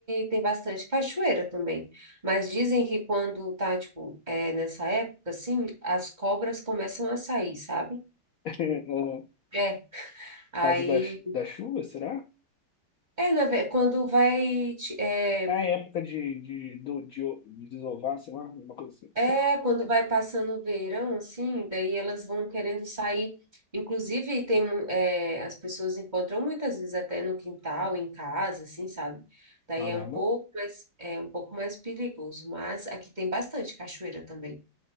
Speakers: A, on the right; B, on the left.
A: tem bastante cachoeira também. Mas dizem que quando tá, tipo, é, nessa época, assim, as cobras começam a sair, sabe?
B: <laughs> É,
A: É. Aí,
B: Por causa da, chu- da chuva, será?
A: é, na, ve- quando vai, ti- é,
B: Ah, É época de, de, do- de, de desovar, sei lá, uma coisa assim.
A: É, quando vai passando o verão, assim, daí elas vão querendo sair. Inclusive, tem, mu- é, as pessoas encontram muitas vezes até no quintal, em casa, assim, sabe? Daí
B: Caramba.
A: é um pouco mais, é um pouco mais perigoso, mas aqui tem bastante cachoeira também.